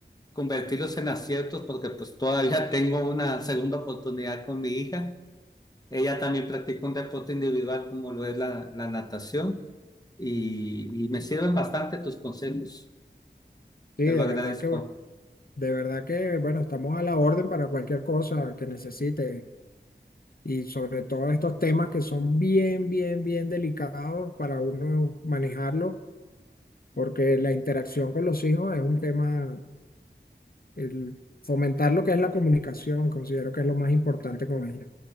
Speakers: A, on the left; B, on the left.
A: convertirlos en aciertos porque pues todavía <laughs> tengo una segunda oportunidad con mi hija. Ella también practica un deporte individual como lo es la, la natación y, y me sirven bastante tus consejos,
B: Sí,
A: te
B: de
A: lo agradezco.
B: verdad que De verdad que, bueno, estamos a la orden para cualquier cosa que necesite y sobre todo estos temas que son bien, bien, bien delicados para uno manejarlo, porque la interacción con los hijos es un tema, el fomentar lo que es la comunicación, considero que es lo más importante con ellos.